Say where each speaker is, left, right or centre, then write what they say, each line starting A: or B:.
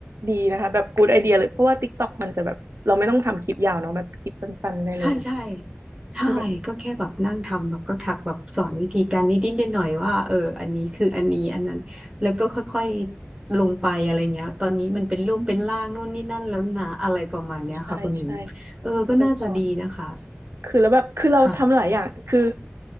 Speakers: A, on the right; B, on the right.
A: ดีนะคะแบบกูดไอเดียเลยเพราะว่า TikTok มันจะแบบเราไม่ต้องทำคลิปยาวเนาะแบบคลิปสั้นๆได้เลยนะ
B: ใช่ใช่ใช่ก็แค่แบบนั่งทำแบบก็ถักแบบสอนวิธีการนิดนิดหน่อยๆว่าเอออันนี้คืออันนี้อันนั้นแล้วก็ค่อยๆลงไปอะไรเงี้ยตอนนี้มันเป็นรูปเป็นร่างนู่นนี่นั่นแล้วนะอะไรประมาณเนี้ยค่ะคุณหมิว
A: คือแบบอืมใช่ใช่
B: เออก็น่าจะดีนะคะ
A: ก็จะสอนคือแล้วแบบคือเราทำหลายอย่างคือ
B: ค่ะ